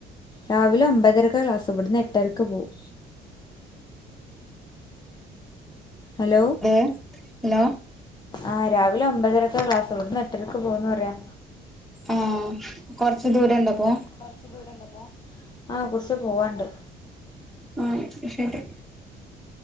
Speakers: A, on the left; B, in the centre.
A: രാവിലെ ഒമ്പതരക്കാ ക്ലാസ് ഇവിടുന്ന് എട്ടരക്ക് പോവും ഹലോ
B: അത് ഹലോ
A: ആഹ് രാവിലെ ഒമ്പതരക്കാ ക്ലാസ് ഇവിടുന്ന് എട്ടരക്ക് പോകുംന്ന് പറയാ
B: ആഹ് കൊറച്ച് ദൂരം ണ്ടോ പ്പോ
A: കൊറച്ച് ദൂരണ്ട പോ ആ കൊറച്ച് പോവാണ്ട്
B: ഉം ശരി